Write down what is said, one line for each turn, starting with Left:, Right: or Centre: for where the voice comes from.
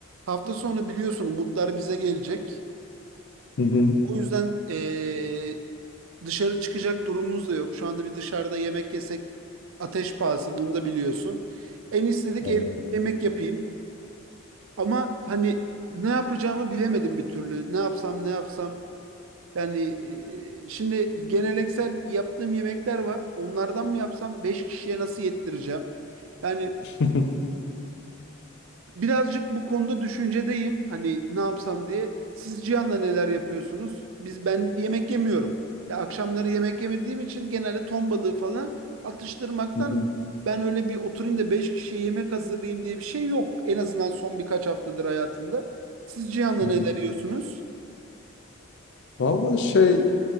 Right: Hafta sonu biliyorsun umutlar bize gelecek.
Left: Hı hı.
Right: O yüzden eee, dışarı çıkacak durumumuz da yok. Şu anda bir dışarıda yemek yesek ateş pahası bunu da biliyorsun. En istedik
Left: Aynen.
Right: evde bir yemek yapayım. Ama hani ne yapacağımı bilemedim bir türlü. Ne yapsam ne yapsam. Yani eee, şimdi geleneksel yaptığım yemekler var. Onlardan mı yapsam 5 kişiye nasıl yettireceğim? Yani
Left: <laughs>
Right: Birazcık bu konuda düşüncedeyim. Hani ne yapsam diye. Siz Cihan'la neler yapıyorsunuz? Biz ben yemek yemiyorum. Ya akşamları yemek yemediğim için genelde ton balığı falan atıştırmaktan
Left: Hı hı.
Right: ben öyle bir oturayım da 5 kişiye yemek hazırlayayım diye bir şey yok. En azından son birkaç haftadır hayatımda. Siz Cihan'la
Left: Hı
Right: neler
Left: hı.
Right: yiyorsunuz?
Left: Vallahi şey